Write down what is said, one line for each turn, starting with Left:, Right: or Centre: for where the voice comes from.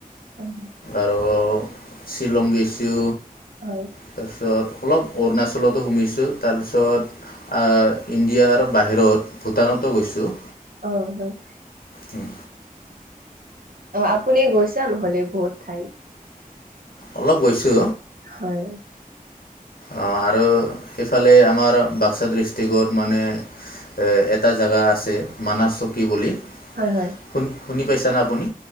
Right: হয় হয়।
Left: আৰু শ্বিলং গে'ছো।
Right: হয় হয়
Left: তাৰপিছত অলপ অৰুণাচলতো সোমাইছোঁ, তাৰপিছত আ, ইণ্ডিয়াৰ বাহিৰত, ভূটানতো গৈছো।
Right: অ হয়।
Left: উম।
Right: আপুনি গৈছা নহ'লে বহুত ঠাইত।
Left: অলপ গৈছো।
Right: হয়।
Left: অ আৰু সেইফালে আমাৰ বাক্সা ডিষ্ট্ৰিকত মানে এ এটা জোগা আছে মানাছ চকী বুলি।
Right: হয় হয়।
Left: শুনি শুনি পাইছানে আপুনি?